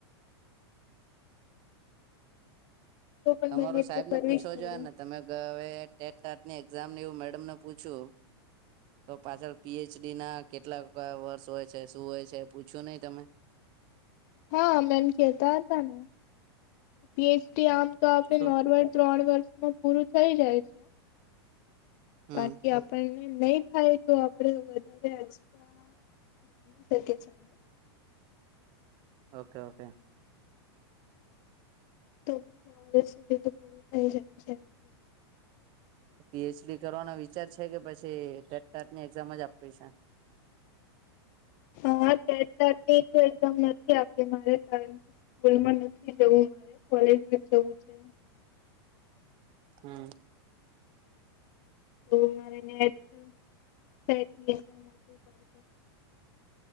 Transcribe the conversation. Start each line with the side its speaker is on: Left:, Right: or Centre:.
Left: તો પણ
Right: તમારું
Left: મહેનત
Right: સાહેબ
Left: તો કરવી
Right: ને પૂછવો
Left: જ પડે.
Right: જોએ ને તમે હવે ટેટ ટાટની એક્ઝામ ને એવું મેડમને પૂછ્યું. તો પાછળ પીએચડી ના કેટલા વર્ષ હોય છે શું હોય છે પૂછ્યું નહીં તમે.
Left: હા મેમ કેતા હતા ને કે પીએચડી આમ. તો આપડે
Right: શું
Left: નોર્મલ ત્રણ વર્ષમાં પૂરું થઈ જાય છે.
Right: હમ
Left: બાકી આપણે. નહીં થાય તો આપડે વધારે એક્સ્ટ્રા મારી શકીએ.
Right: Okay okay.
Left: તો બી છ વર્સ સુધી તો પૂરું થઈ જાય છે. <inaudible>
Right: પીએચડી કરવાનો વિચાર છે કે પછી ટેટ ટાટ ની એક્ઝામ જ આપવી છે.
Left: હા ટેટ ટાટ ની એક્ઝામ નથી આપવી મારે કારણ કે. સ્કૂલમાં નથી જવું મારે કોલેજમાં જવું છે.
Right: હમ.
Left: <unintelligible>